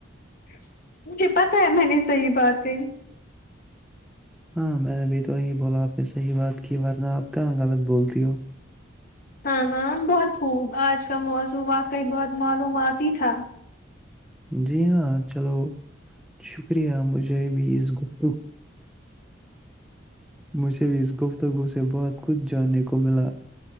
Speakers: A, on the left; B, in the centre.
A: <unintelligible> مجھے پتا ہے میں نے صحیح بات ہے
B: ہاں میں نے ابھی تو وہی بولا آپ نے صحی بات کی ورنہ آپ کہاں غلط بولتی ہو
A: ہاں ہاں بہت خوب آج کا موزم واقعی بہت معلومات ہی تھا
B: جی ہاں چلو شک شکریہ مجھے بھی اس گفتو مجھے بھی اس گفتگو سے بہت کچھ جاننے کو ملا